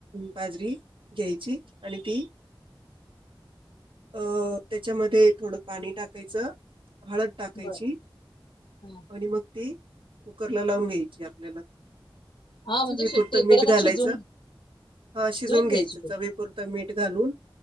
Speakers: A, on the right (about 80°); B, on the left (about 70°).
A: बाजरी घ्यायची आणि ती अ त्याच्यामध्ये थोडं पाणी टाकायचं. हळद टाकायची
B: बर हा
A: आणि मग ते कुकरला लावून घ्यायची आपल्याला.
B: हा म्हणजे
A: चवीपुरत
B: शिट्टी
A: मीठ
B: परत
A: घालायचं.
B: आणि शिजवून
A: हा, शिजवून घ्यायचं
B: घ्यायची पण
A: चवीपुरत मीठ. घालून